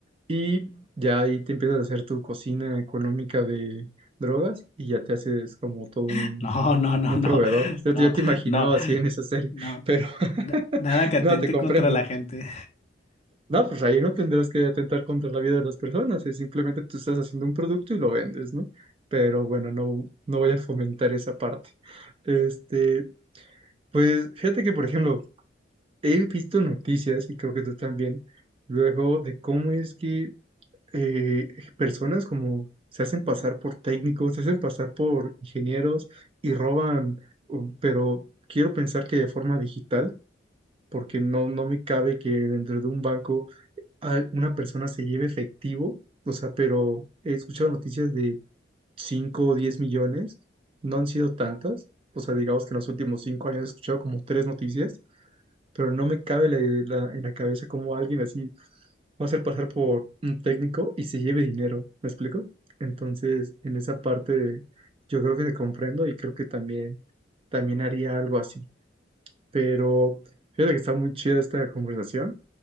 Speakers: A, on the right (about 30°); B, on the left (about 35°).
A: Y ya ahí te empiezas a hacer tu cocina económica de drogas y ya te haces como todo
B: <laughs>
A: un,
B: No, no, no,
A: un
B: no,
A: proveedor. Ya
B: no,
A: te, ya te imaginaba
B: no,
A: así en esa serie,
B: no,
A: pero <laughs>
B: na- nada que atente
A: no, te comprendo.
B: contra la gente.
A: No, pues ahí no tendrás que atentar contra la vida de las personas, es simplemente tú estás haciendo un producto y lo vendes, ¿no? Pero bueno, no, no voy a fomentar esa parte. Este, pues fíjate que, por ejemplo, he visto noticias y creo que tú también, luego de cómo es que eh, personas como se hacen pasar por técnicos, se hacen pasar por ingenieros y roban, u- pero quiero pensar que de forma digital, porque no, no me cabe que dentro de un banco a- una persona se lleve efectivo, o sea, pero he escuchado noticias de 5 o 10 millones, no han sido tantas, o sea, digamos que en los últimos 5 años he escuchado como tres noticias pero no me cabe la, la- en la cabeza cómo alguien así va a hacer pasar por un técnico y se lleve dinero, ¿me explico? Entonces, en esa parte yo creo que te comprendo y creo que también, también haría algo así. Pero fíjate que está muy chida esta conversación,